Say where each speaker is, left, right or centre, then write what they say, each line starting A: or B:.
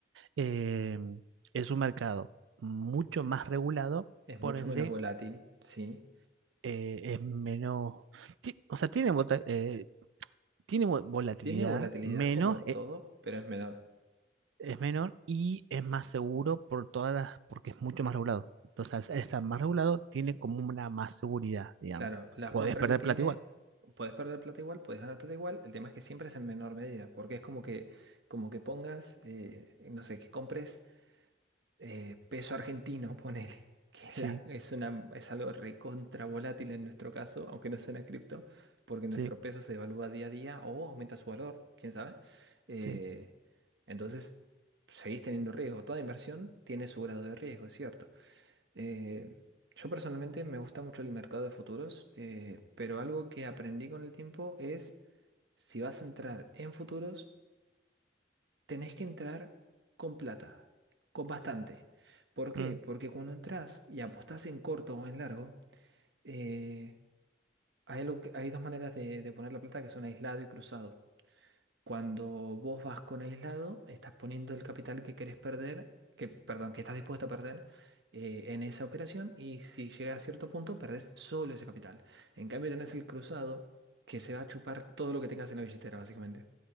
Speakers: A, on the right; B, on the right.
A: eh, es un mercado mucho más regulado,
B: Es
A: por
B: mucho
A: ende,
B: menos volátil, sí.
A: eh, es menos, ti- o sea, tiene, vota- eh, tiene vo- volatilidad
B: Tiene volatilidad
A: menos,
B: como todo,
A: eh,
B: pero es menor.
A: es menor y es más seguro por todas las, porque es mucho más regulado. Entonces, al estar más regulado, tiene como una más seguridad, digamos.
B: Claro, la
A: Podés
B: contra
A: perder
B: que tiene,
A: plata igual.
B: puedes perder plata igual, puedes ganar plata igual. El tema es que siempre es en menor medida, porque es como que, como que pongas, eh, no sé, que compres eh, peso argentino, <laughs> ponele, que es,
A: Sí,
B: la- es una, es algo recontra volátil en nuestro caso, aunque no sea una cripto, porque nuestro
A: sí,
B: peso se devalúa día a día o aumenta su valor, quién sabe. Eh,
A: sí.
B: entonces, seguís teniendo riesgo. Toda inversión tiene su grado de riesgo, es cierto. Eh, yo personalmente me gusta mucho el mercado de futuros, eh, pero algo que aprendí con el tiempo es si vas a entrar en futuros, tenés que entrar con plata, con bastante. ¿Por qué?
A: Mm.
B: Porque cuando entras y apostás en corto o en largo, eh, hay algo que- hay dos maneras de, de poner la plata que son aislado y cruzado. Cuando vos vas con aislado, estás poniendo el capital que querés perder, que, perdón, que estás dispuesto a perder eh, en esa operación y si llega a cierto punto, perdés solo ese capital. En cambio, tenés el cruzado que se va a chupar todo lo que tengas en la billetera, básicamente.